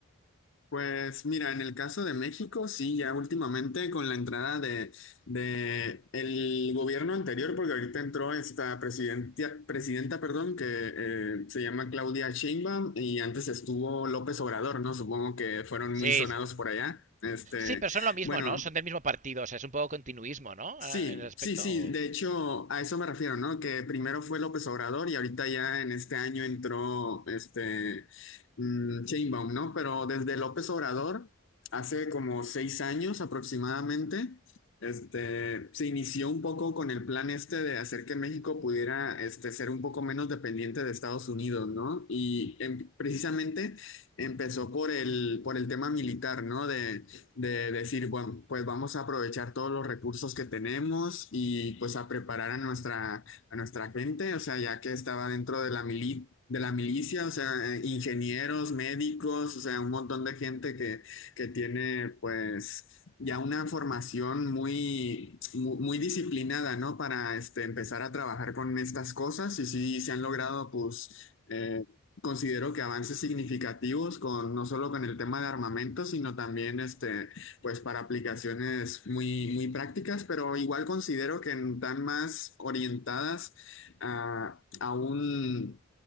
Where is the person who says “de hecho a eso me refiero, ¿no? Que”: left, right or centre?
Left